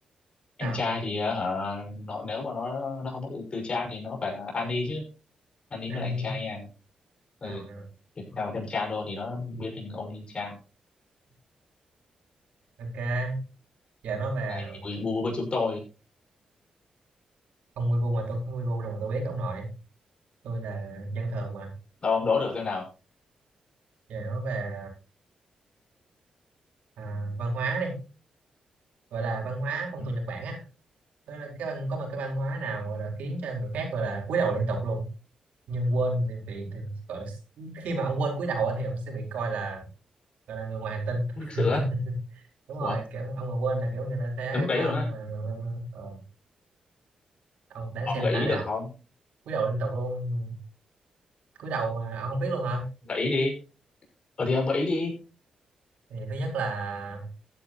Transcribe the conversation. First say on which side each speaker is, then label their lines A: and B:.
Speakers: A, on the left; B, on the right.
A: anh
B: sao
A: trai thì ờ, hả nó nếu mà nó nó không có từ, từ cha thì nó phải là Annie chứ Annie
B: anh
A: mới là
B: đi
A: anh trai nha ừ
B: à,
A: việc nào mà thêm chan vô thì nó biến thành Oni chan
B: ok giờ nói về
A: này thì quý bu với chúng tôi
B: ông Weibo mà tôi không Weibo đâu mà tôi biết ông nội tôi là dân thường mà
A: đâu ông đố thử xem nào
B: giờ nói về à, văn hóa đi gọi là văn hóa phong
A: ừ.
B: tục Nhật Bản á đó là cái văn có một cái văn hóa nào gọi là khiến cho người khác gọi là cúi đầu liên tục luôn nhưng quên thì, vì thì, gọi là, khi mà ông quên cúi đầu á, thì ông sẽ bị coi là gọi là người ngoài hành tinh
A: mức
B: <laughs>
A: lịch sự á
B: đúng rồi
A: ủa
B: kiểu ông mà quên là kiểu người ta sẽ
A: tới mức đấy
B: coi
A: rồi
B: ông
A: á
B: là người bên ờ, ông đáng
A: ông
B: xem
A: gợi
B: lại
A: ý
B: nào
A: được không
B: cúi đầu liên tục luôn cúi đầu mà ông không biết luôn hả
A: gợi ý đi ờ thì ông gợi ý đi
B: thì thứ nhất là